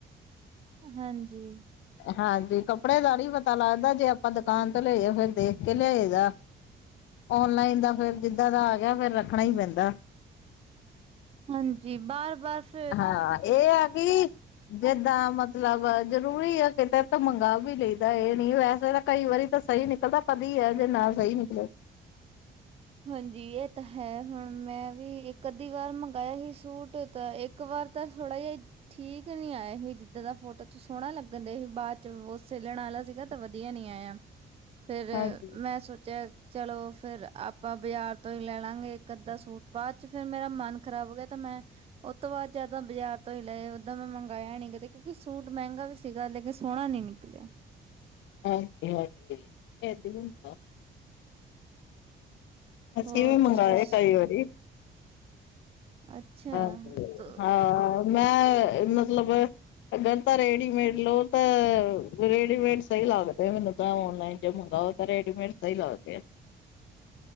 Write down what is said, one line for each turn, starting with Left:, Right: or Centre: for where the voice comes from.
Right: ਹਾਂਜੀ।
Left: ਹਾਂਦੀ ਕੱਪੜੇ ਦਾ ਨੀ ਪਤਾ ਲੱਗਦਾ ਜੇ ਆਪਾਂ ਦੁਕਾਨ ਤੋਂ ਲੈਈ ਏ ਫੇਰ ਦੇਖ ਕੇ ਲਿਆਏ ਦਾ ਔਨਲਾਈਨ ਦਾ ਫੇਰ ਜਿੱਦਾਂ ਦਾ ਆ ਗਿਆ ਫੇਰ ਰੱਖਣਾ ਨਾ ਪੈਂਦਾ ਆ
Right: ਹਾਂਜੀ ਬਾਰ ਬਸ
Left: ਹਾਂ ਇਹ ਆ ਕਿ ਜੇ ਬ ਤਾ ਮਤਲਬ ਜ਼ਰੂਰੀ ਆ ਕਿਤੇ ਤੇ ਮੰਗਵਾ ਵੀ ਲਈਦਾ ਇਹ ਨਹੀ ਵੈਸੇ ਤਾਂ ਕਈ ਵਾਰੀ ਤਾਂ ਸਹੀ ਨਿਕਲਦਾ ਆ ਕਧੀ ਈ ਐ ਜੇ ਨਾ ਸਹੀ ਨਿਕਲੇ ਏ
Right: ਹਾਂਜੀ ਇਹ ਤਾਂ ਹੈ ਹੁਣ ਮੈਂ ਵੀ ਇੱਕ ਅੱਧੀ ਵਾਰ ਮੰਗਇਆ ਹੀ ਸੂਟ ਤਾਂ ਇੱਕ ਇੱਕ ਵਾਰ ਤਾਂ ਥੋੜਾ ਜਿਆ ਈ ਠੀਕ ਨੀ ਆਇਆ ਹੀ ਜਿੱਦਾਂ ਦਾ ਫੋਟੋ ਚ ਸੋਹਣਾ ਲੱਗਣ ਦੇਆਹੀ ਬਾਅਦ ਚ ਬਹੁ ਸੇਲਣਾ ਆਲਾ ਸੀਗਾ ਤਾਂ ਵਧੀਆ ਨੀ ਆਇਆ ਫਿਰ
Left: ਹਾਂਜੀ
Right: ਮੈਂ ਸੋਚਿਆ ਚਲੋ ਫਿਰ ਆਪ ਆਪਾਂ ਬਾਜ਼ਾਰ ਤੋਂ ਈ ਲੈ ਲਾਂਗੇ ਇੱਕ ਅੱਧਾ ਸੂਟ ਬਾਅਦ ਚ ਫੇਰ ਮੇਰਾ ਮਨ ਖ਼ਰਾਬ ਹੋ ਗਿਆ ਤੇ ਮੈਂ ਉਹ ਤੋਂ ਬਾਅਦ ਜਦ ਬਾਜ਼ਾਰ ਤੋਂ ਹੀ ਲਏ ਓਦਾਂ ਮੈਂ ਮੰਗਾਇਆ ਨੀ ਕਦੇ ਕਿਉਂਕਿ ਸੂਟ ਮਹਿੰਗਾ ਵੀ ਸੀਗਾ ਲੇਕਿਨ ਸੋਹਣਾ ਨੀ ਨਿਕਲਿਆ
Left: ਹਾਂਦੀ ਹਾਂਦੀ ਈ ਇਦਾਂ ਇ ਹੁੰਦਾ ਐ ਅਸੀਂ
Right: ਹੋਰ
Left: ਇਹ ਮੰਗਏ
Right: ਤੁਸੀਂ ਦੱਸ
Left: ਕਈ ਵਾਰੀ ਈ
Right: ਅੱਛਾ।
Left: ਹਾਂਜੀ
Right: ਤੋ
Left: ਹਾਂ ਮੈਂ ਮਤਲਬ ਆ ਅਗਰ ਤਾਂ ਰੇਡੀਮੇਡ ਲਓ ਤਾਂ ਰੇਡੀਮੇਡ ਸਹੀ ਲੱਗਦੇ ਏ ਮੈਨੂੰ ਤਾ ਔਨਲਾਈਨ ਜੇ ਮਗਾਓ ਤਾਂ ਰੇਡੀਮੇਡ ਸਈ ਲਗਦੇ ਏ ਆ